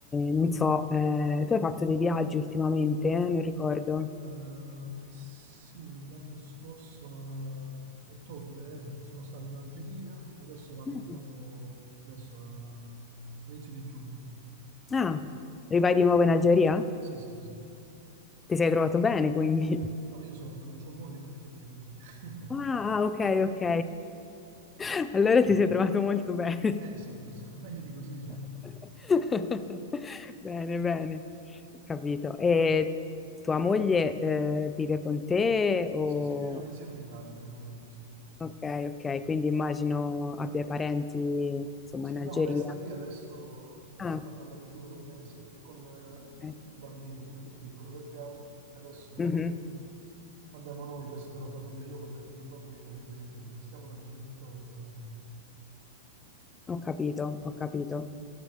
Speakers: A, on the left (about 15°); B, on the right (about 65°).
A: non so, eh, tu hai fatto dei viaggi ultimamente? eh? Non ricordo.
B: Eh, sì, l'anno scorso a ottobre eh, sono stato in Algeria e adesso vado
A: Mm.
B: di nuovo, adesso a- all'inizio di giugno.
A: Ah, rivai di nuovo in Algeria?
B: Sì, sì, sì.
A: Ti sei trovato bene, quindi.
B: No, io sono, c'ho moglie in Algeria, quindi... <laughs>
A: Ah, ah, ok, ok. <laughs> Allora ti sei trovato molto bene.
B: Eh sì, <laughs> meglio di così, diciamo.
A: <laughs> Bene, bene, capito. E tua moglie eh, vive con te o...
B: Sì, sì, viviamo insieme in Italia per il momento, sì.
A: Ok, ok, quindi immagino abbia parenti, insomma,
B: Sì,
A: in Algeria.
B: no, lei sta lì adesso,
A: Ah,
B: l'ho fatta andare giù per un mese con eh,
A: ok.
B: il bambino più, più piccolo che abbiamo, adesso
A: Mhm.
B: poi andiamo noi, il resto della famiglia, io con gli altri due bambini a riprenderli, stiamo una decina di giorni e poi veniamo.
A: Ho capito, ho capito.